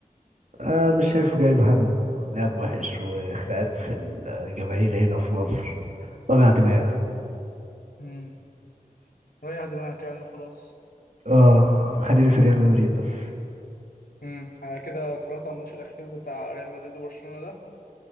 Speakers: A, on the right; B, on the left.
A: آه مش شايفه جايب همه لعب وحش وخناقات في الجماهير هنا في مصر وجع دماغ
B: امم ريح دماغك يعني وخلاص
A: اه خليني في ريال مدريد بس
B: امم على كده اتفرجت على الماتش الأخير بتاع ريال مدريد وبرشلونة ده؟